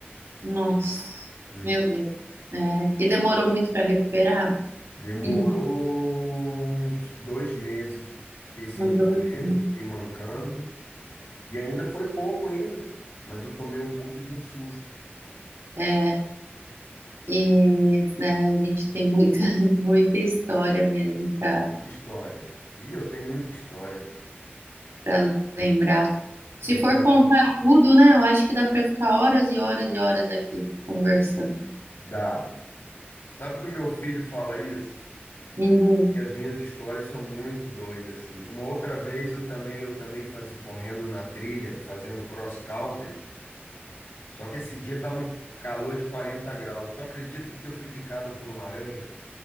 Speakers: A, on the right; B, on the left.
A: nossa.
B: Uhum.
A: Meu Deus. É. E demorou muito para recuperar? <clears throat>
B: Demorou
A: Hum,
B: uns dois meses. Fiquei sem
A: Uns
B: correr,
A: dois. né?
B: fiquei mancando. E ainda foi pouco ainda, mas eu tomei um puto de um susto.
A: É. E né, a gente tem muita, <laughs> muita história mesmo para
B: Muita história. E eu tenho muita história.
A: para lembrar. Se
B: Eu
A: for
B: tenho...
A: contar tudo, né? Eu acho que dá para ficar horas e horas e horas aqui conversando.
B: Dá. Sabe que o meu filho fala isso?
A: Uhum,
B: Que as minhas histórias são muito doidas, assim. Uma outra vez eu também, eu também fazia correndo na trilha, fazendo cross country. Só que esse dia tava um calor de 40 graus. Tu acredita que eu fui picado por uma aranha?